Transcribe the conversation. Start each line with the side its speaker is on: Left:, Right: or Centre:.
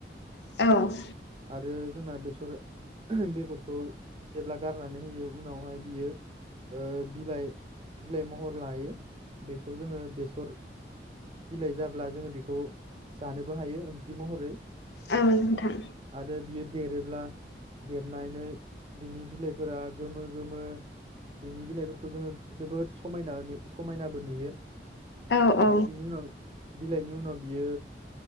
Left: औ
Right: आरो जोंना बेसर बेगरखौ जेब्ला गारनानै होयो उनावहाय बियो ओ बिलाइ बिलाइ महर लायो बेखौ जोङो बेसर बिलाइ जाब्ला जोङो बेखौ खौ जानोबो हायो ओंख्रि महरै।
Left: औ नोंथां
Right: आरो बियो देरोब्ला देरनानै बिनि बिलाइफोरा गोमो गोमो बिनि बिलाइफोरखौ जोङो जोबोद समायनानै समायनाबो नुयो।
Left: औ औ
Right: आरो बिनि उनाव बिलाइनि उनाव बियो